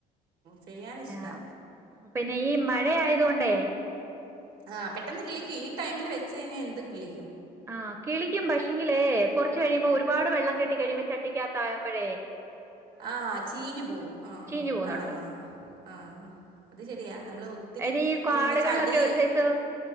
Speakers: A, on the right; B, on the right.
A: ചെയ്യാനിഷ്ട്ടാ
B: ആ പിന്നെ ഈ മഴയായത് കൊണ്ട്
A: ആ പെട്ടെന്ന് കിളിക് ഈ ടൈമിൽ വെച്ച് കഴിഞ്ഞാൽ എന്തും കിളി
B: ആ കിളിക്കും പക്ഷേങ്കിലേ കൊറ ചെയ്യുമ്പ ഒരു പാട് വെള്ളം കെട്ടികഴിയുമ്പം ചട്ടിക്കകതാവുമ്പള്
A: ആ ചീഞ്ഞ് പോവും അ
B: ചീഞ്ഞു പോകുന്നുണ്ട്
A: ആ ആ അത് ശരിയാ നമ്മള് ഒത്തിരി
B: എടി കാടുകളിലൊക്കെ
A: ഇങ്ങനെ ചടി
B: ഒരു സൈസ്